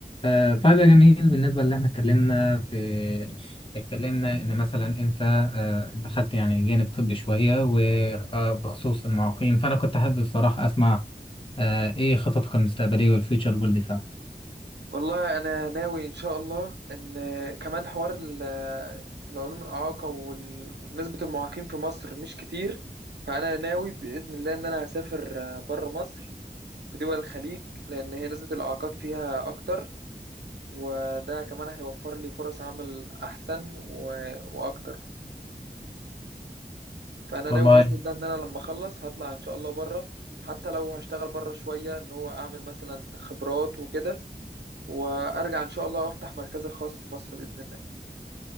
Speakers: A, on the left (about 30°); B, on the right (about 80°).
A: آه، طيب يا جميل بالنسبة اللي احنا اتكلمنا في اتكلمنا ان مثلا انت آه، دخلت يعني جانب طبي شوية وبخصوص المعاقين فانا كنت حابب الصراحة اسمع آه، ايه خططك المستقبلية والفيوتشر جول بتاعك
B: والله انا ناوي ان شاء الله ان كمان حوار ال- العلوم الاعاقه ونسبه المعاقين في مصر مش كتير فانا ناوي باذن الله ان انا هسافر بره مصر في دول الخليج لان هي نسبه الاعاقات فيها اكتر وده كمان هيوفر لي فرص عمل احسن و- واكتر فانا
A: والله
B: ناوي باذن الله ان انا لما اخلص هطلع ان شاء الله بره حتى لو هشتغل بره شويه ان هو اعمل مثلا خبرات وكده وارجع ان شاء الله افتح مركزي الخاص في مصر باذن الله